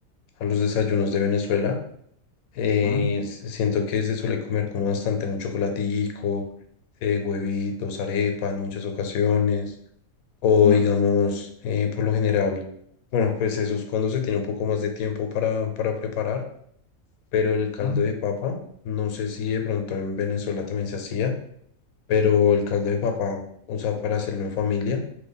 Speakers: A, on the left; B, on the left.
A: a los desayunos de Venezuela. Eh,
B: ¿Mm?
A: s- siento que se suele comer como bastante un chocolatico, eh, huevitos, arepa en muchas ocasiones, o
B: ¿Mm?
A: digamos, eh, por lo general, bueno, pues eso es cuando se tiene un poco más de tiempo para, para preparar, pero el caldo
B: ¿Mm?
A: de papa, no sé si de pronto en Venezuela también se hacía, pero el caldo de papa, o sea, para hacerlo en familia.